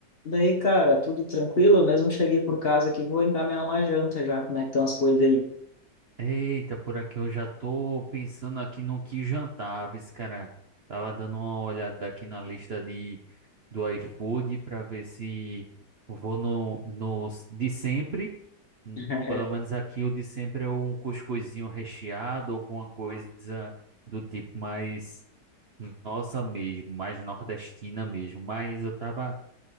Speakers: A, on the left; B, on the right.
A: Daí, cara, tudo tranquilo? Eu mesmo cheguei por casa aqui, vou encaminhar uma janta já, como é que estão as coisas aí.
B: Eita, por aqui eu já tô pensando aqui no que jantar, viu, esse cara. Tava dando uma olhada aqui na lista de do iFood para ver se eu vou no, nos de sempre. Hum,
A: <laughs>
B: Pelo menos aqui o de sempre é um cuscuzinho recheado, alguma coisa do tipo mais nossa mesmo, mais nordestina mesmo. Mas eu tava